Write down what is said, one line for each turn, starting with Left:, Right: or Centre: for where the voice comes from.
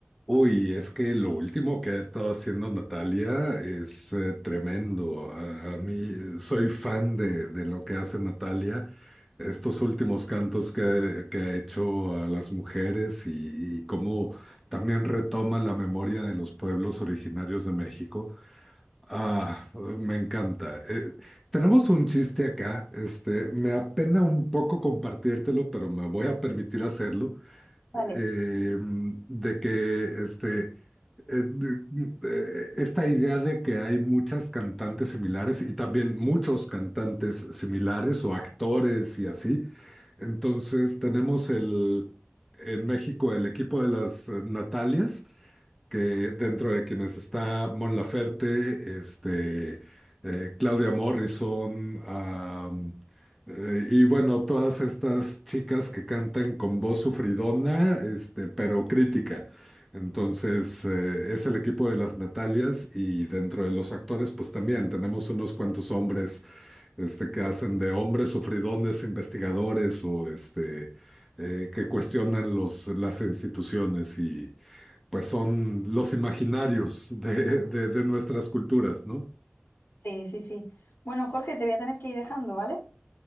Centre: Uy, es que lo último que ha estado haciendo Natalia es eh, tremendo. A, a mí eh, soy fan de, de lo que hace Natalia. Estos últimos cantos que, que ha hecho a las mujeres y, y cómo también retoma la memoria de los pueblos originarios de México. Ah, me encanta. Eh, tenemos un chiste acá. Este, me apena un poco compartírtelo, pero me voy a permitir hacerlo.
Left: Vale.
Centre: eh, de que este eh, eh, esta idea de que hay muchas cantantes similares y también muchos cantantes similares o actores y así. Entonces tenemos el, en México el equipo de las eh, Natalias que dentro de quienes está Mon Laferte, este, eh, Claudia Morrison, am, eh, y bueno, todas estas chicas que cantan con voz sufridona, este, pero crítica. Entonces, eh, es el equipo de las Natalias y dentro de los actores, pues también tenemos unos cuantos hombres este, que hacen de hombres sufridones, investigadores o este, eh, que cuestionan los, las instituciones y, pues son los imaginarios de, de- de nuestras culturas, ¿no?
Left: Sí, sí, sí. Bueno, Jorge, te voy a tener que ir dejando, ¿vale?